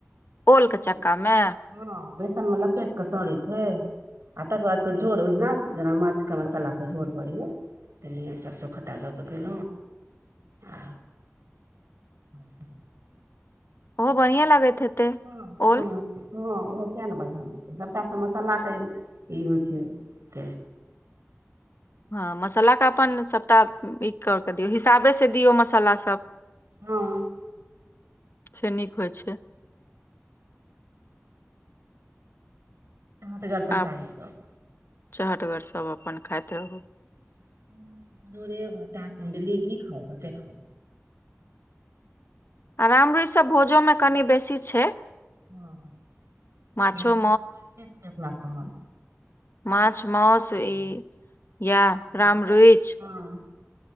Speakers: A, on the left; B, on the right.
A: ओलके
B: ओ
A: चक्कामे
B: हँ बेसन मे लपेट के तरै छै आ तकर बाद फेर झोर ओहिना जेना माछ के मसला के झोर पड़ैया तन सरसो खटा लऽ क गेलौ आ हँ
A: ओहो बढ़िएँ
B: ह
A: लागैत हेतै
B: हँ
A: ओल
B: ओहो किएक ने बढ़िआँ लगतै सभटा तऽ मसालाके ई होइ छै टेस
A: हँ मसालाके अपन सभटा ई कऽ
B: हँ
A: कऽ दियौ हिसाबेसँ दियौ मसाला सभ
B: हँ
A: से नीक होइ छै
B: हट करतैन
A: आ
B: <unintelligible>
A: चहटगर सभ अपन खाइत रहू
B: <inaudible> <unintelligible> कुणडली कि खाउ कते खाउ
A: आ रामरुइच सभ भोजोमे कनि बेसी छै
B: हँ
A: माछो
B: <unintelligible> छै अपना सबमे
A: मछ मौस ई या
B: हँ
A: राम रुइच
B: हँ